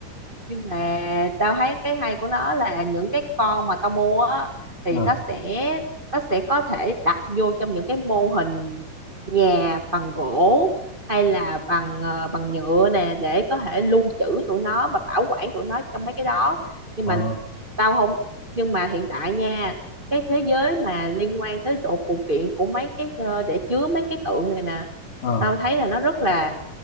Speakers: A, on the right; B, on the left.
A: nhưng mà tao thấy cái hay của nó là những cái con mà tao mua á thì
B: Ờ,
A: nó sẽ nó sẽ có thể đặt vô trong những cái mô hình nhà bằng gỗ hay là bằng ờ, bằng nhựa nè để có thể lưu trữ tụi nó và bảo quản tụi nó trong mấy cái đó nhưng
B: ờ,
A: mà tao không nhưng mà hiện tại nha cái thế giới mà liên quan tới độ phụ kiện của mấy cái ờ, để chứa mấy cái tượng này nè
B: ờ,
A: tao thấy là nó rất là